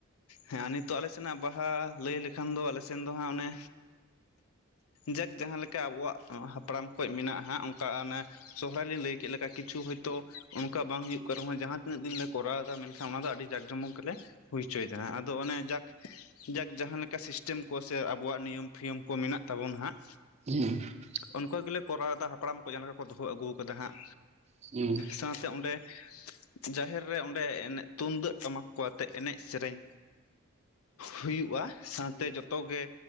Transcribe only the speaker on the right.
ᱯᱷᱩ-ᱢᱩᱸᱻ ᱾
ᱦᱩᱸ